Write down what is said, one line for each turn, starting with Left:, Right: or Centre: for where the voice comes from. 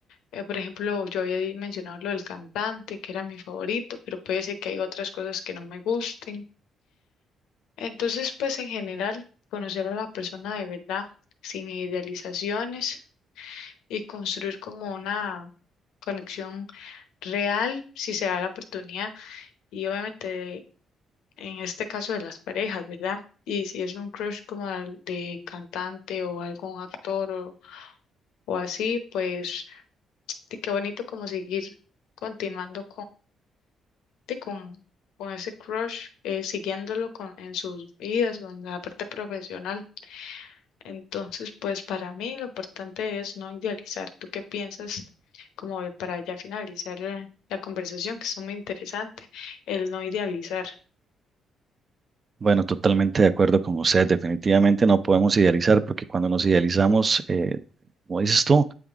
Left: Eh, por ejemplo, yo había di- mencionado lo del cantante, que era mi favorito, pero puede ser que hay otras cosas que no me gusten. Entonces, pues en general, conocer a la persona de verdad, sin idealizaciones y construir como una conexión real, si se da la oportunidad, y obviamente en este caso de las parejas, ¿verdad? Y si es un crush como al- de cantante o algún actor o, o así, pues sí, qué bonito como seguir continuando sí, con, con ese crush, eh, siguiéndolo con, en sus vidas o en la parte profesional. Entonces, pues para mí lo importante es no idealizar. ¿Tú qué piensas como de- para ya finalizar eh, la conversación, que es muy interesante, el no idealizar?
Right: Bueno, totalmente de acuerdo con usted. Definitivamente no podemos idealizar porque cuando nos idealizamos, eh, como dices tú,